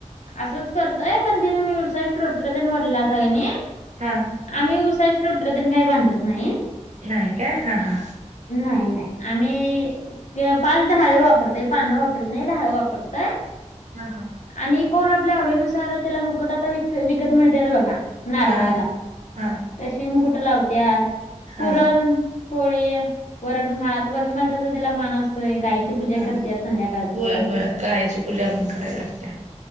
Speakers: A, on the left; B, on the right.
A: असंच करतंय पण ते तुम्ही उसाचा टोटरे भरलं असा आणि
B: <unintelligible>
A: आम्ही उसाचे टोटरे तर नाही बांधत नाही.
B: नाही काय हा हा.
A: नाही नाही आम्ही पाच डहाळे वापरते, पानं वापरत नाही डहाळे वापरतयं.
B: हा हा.
A: आणि कोण आपल्या आवडीनुसार त्याला मुकवटा काही वि विकत मिळतात बघा. नारळाला
B: हा हा
A: तशी मुकुटं लावत्यात,
B: हा
A: पुरण
B: हा
A: पोळी वरण भात, वरण भाताचा त्याला मान असतोय <unintelligible>
B: हा
A: करत्यात संध्याकाळचं.
B: होय होय गायची पूजा पण करायला लागत्या..